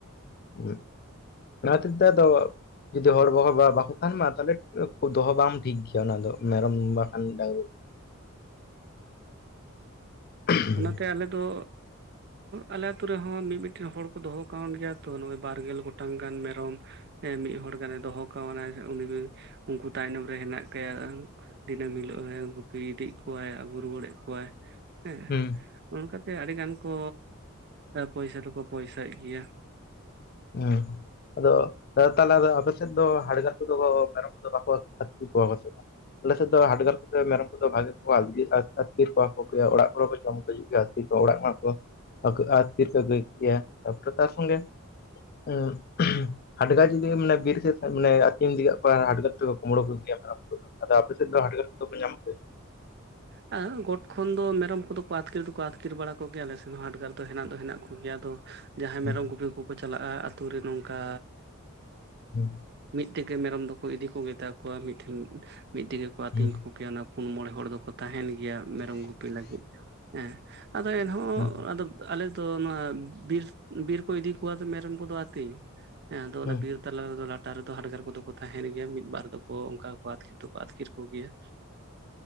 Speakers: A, on the left; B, on the right.
A: <inaudible> ᱚᱱᱟ ᱦᱚᱛᱮ ᱛᱮ ᱫᱟ‌ ᱫᱚᱼᱼ ᱡᱩᱫᱤ ᱦᱚᱲ ᱵᱟᱠᱚ ᱛᱟᱦᱮᱱ ᱢᱟ ᱛᱟᱦᱚᱞᱮ ᱫᱚᱦᱚ ᱵᱟᱝ ᱴᱷᱤᱠ ᱜᱮᱭᱟ ᱚᱱᱟ ᱫᱚ ᱢᱮᱨᱚᱢ ᱵᱟᱠᱷᱟᱱ ᱰᱟᱝᱨᱤ᱾ ᱦᱩᱸ
B: ᱚᱱᱟᱛᱮ ᱟᱞᱮ ᱫᱚ ᱟᱞᱮ ᱟᱛᱩ ᱨᱮᱼᱼ ᱢᱤᱫ ᱢᱤᱫᱴᱮᱱ ᱦᱚᱲ ᱠᱚ ᱫᱚᱦᱚ ᱟᱠᱟᱣᱱ ᱜᱮᱭᱟ ᱛᱚ ᱱᱚᱜᱚᱭ ᱵᱟᱨ ᱜᱮᱞ ᱜᱚᱴᱟᱝ ᱜᱟᱱ ᱢᱮᱨᱚᱢ᱾ ᱢᱤᱫ ᱦᱚᱲ ᱜᱟᱱᱮ ᱫᱚᱦᱚ ᱠᱟᱣᱱᱟ ᱩᱱᱤ ᱩᱱᱠᱩ ᱛᱟᱭᱱᱚᱢ ᱨᱮ ᱦᱮᱱᱟᱜᱼᱼ ᱠᱟᱭᱟ ᱫᱤᱱᱟᱹᱢ ᱦᱤᱞᱳᱜ ᱜᱩᱯᱤ ᱤᱫᱤᱭᱮᱫ ᱠᱚᱣᱟᱭ ᱟᱹᱜᱩ ᱨᱩᱣᱟᱹᱲᱮᱫ ᱠᱚᱣᱟᱭ, ᱦᱮᱸ
A: ᱦᱩᱸ
B: ᱚᱱᱠᱟᱛᱮ ᱟᱹᱰᱤ ᱜᱟᱱ ᱠᱚ ᱯᱚᱭᱥᱟ ᱫᱚᱠᱚ ᱯᱚᱭᱥᱟᱭᱮᱫ ᱜᱮᱭᱟ᱾
A: ᱦᱮᱸ ᱟᱫᱚᱼᱼ ᱛᱟᱦᱮ ᱫᱚ ᱟᱯᱮᱥᱷᱮᱱ ᱫᱚ ᱦᱟᱰᱜᱟᱨ ᱠᱚᱫᱚ ᱢᱮᱨᱚᱢ ᱠᱚᱫᱚ ᱵᱟᱠᱚ ᱟᱹᱛᱠᱤᱨ ᱠᱚᱣᱟ ᱠᱚ ᱥᱮ ᱵᱟᱝ? ᱟᱞᱮᱥᱮᱫ ᱫᱚ ᱦᱟᱰᱜᱟᱨ ᱠᱚᱫᱚ ᱢᱮᱨᱚᱢ ᱠᱚᱫᱚ ᱵᱷᱟᱜᱮ ᱠᱚ ᱟᱹᱛᱠᱤᱨ ᱠᱚᱣᱟ ᱠᱚ ᱜᱮᱭᱟ ᱚᱲᱟᱜ ᱠᱚᱨᱮ ᱠᱚ ᱡᱚᱢ ᱠᱚ ᱦᱤᱡᱩᱜ ᱜᱮᱭᱟᱼᱼ ᱠᱚ ᱚᱲᱟᱜ ᱠᱷᱚᱱᱟᱜ ᱠᱚ ᱟᱹᱠᱟᱹᱜᱼᱟ ᱛᱤᱨ ᱠᱚ ᱟᱹᱜᱩᱭᱮᱫ ᱜᱮᱭᱟ ᱛᱟᱯᱚᱨᱮ ᱛᱟᱨ ᱥᱚᱸᱜᱮᱼᱼ ᱦᱮᱢ <unintelligible> ᱦᱟᱰᱜᱟᱨ ᱡᱩᱫᱤ ᱢᱟᱱᱮ ᱵᱤᱨ ᱥᱮᱫ ᱟᱹᱛᱤᱧ ᱫᱜᱟᱜ ᱠᱚ ᱦᱟᱰᱜᱟᱨ ᱛᱮᱫᱚ ᱠᱩᱢᱵᱽᱲᱳ ᱠᱮᱫ ᱜᱮᱭᱟ᱾ ᱟᱫᱚ ᱟᱯᱮ ᱥᱮᱫ ᱫᱚ ᱦᱟᱰᱜᱟᱨ ᱠᱚᱫᱚ ᱠᱚ ᱧᱟᱢᱯᱮᱭᱟ?
B: ᱟᱨ ᱜᱚᱴ ᱠᱷᱚᱱ ᱫᱚ ᱢᱮᱨᱚᱢ ᱠᱚᱫᱚ ᱠᱚ ᱟᱹᱛᱠᱤᱨ ᱫᱚᱠᱚ ᱟᱹᱛᱠᱤᱨ ᱵᱟᱲᱟ ᱠᱚᱜᱮᱭᱟ ᱟᱞᱮ ᱥᱮᱱ ᱦᱚᱸ ᱦᱟᱰ ᱜᱟᱨ ᱫᱚ ᱦᱮᱱᱟᱜ ᱫᱚ ᱦᱮᱱᱟᱜ ᱠᱚᱜᱮᱭᱟ ᱟᱫᱚᱼᱼ ᱡᱟᱦᱟᱸᱭ
A: ᱦᱩᱸ
B: ᱢᱮᱨᱚᱢ ᱜᱤᱯᱤ ᱠᱚᱠᱚ ᱪᱟᱞᱟᱜᱼᱟ ᱟᱹᱛᱳ ᱨᱮ ᱱᱚᱝᱠᱟᱼᱼ
A: ᱦᱩᱸ
B: ᱢᱤᱫ ᱛᱮᱜᱮ ᱢᱮᱨᱚᱢ ᱫᱚᱠᱚ ᱤᱫᱤ ᱠᱚ ᱜᱮᱛᱟ ᱠᱚᱣᱟ ᱢᱤᱫ ᱴᱷᱮᱱ ᱢᱤᱫᱜ ᱛᱮᱜᱮ ᱠᱚ ᱟᱛᱤᱧ
A: ᱦᱩᱸ
B: ᱠᱚᱼᱼ ᱭᱟ ᱚᱱᱟ ᱯᱩᱱ ᱢᱚᱬᱮ ᱦᱚᱲ ᱫᱚᱠᱚ ᱛᱟᱦᱮᱱ ᱜᱮᱭᱟ ᱢᱮᱨᱚᱢ ᱜᱩᱯᱤ ᱞᱟᱹᱜᱤᱫ ᱦᱮᱸ, ᱟᱫᱚ ᱮᱱᱦᱚᱸ
A: ᱦᱩᱸ
B: ᱟᱫᱚ ᱟᱞᱮᱫᱚ ᱱᱚᱣᱟ ᱵᱤᱨ ᱵᱤᱨ ᱠᱚ ᱤᱫᱤ ᱠᱚᱣᱟ ᱢᱮᱨᱚᱢ ᱠᱚᱫᱚ ᱟᱹᱛᱤᱧ᱾ ᱦᱮᱸ ᱟᱫᱚ ᱵᱚᱞᱮ
A: ᱦᱩᱸ
B: ᱵᱤᱨᱼᱼ ᱛᱟᱞᱟ ᱨᱮᱫᱚ ᱞᱟᱴᱟ ᱨᱮᱫᱚ ᱦᱟᱰᱜᱟᱨ ᱠᱚᱫᱚ ᱠᱚ ᱛᱟᱦᱮᱱ ᱜᱮᱭᱟ ᱢᱤᱫ ᱵᱟᱨ ᱫᱚᱠᱚ ᱚᱱᱠᱟ ᱟᱹᱛᱠᱤᱨ ᱫᱚᱠᱚ ᱟᱹᱛᱠᱤᱨ ᱠᱚ ᱜᱮᱭᱟ᱾